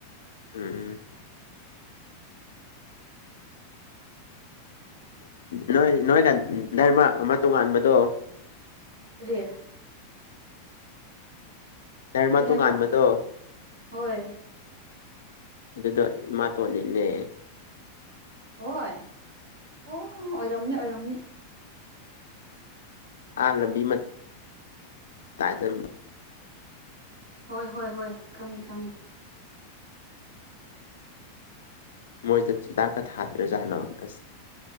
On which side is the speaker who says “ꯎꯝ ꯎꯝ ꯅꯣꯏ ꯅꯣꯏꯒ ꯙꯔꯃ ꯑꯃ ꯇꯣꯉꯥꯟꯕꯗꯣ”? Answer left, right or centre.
Left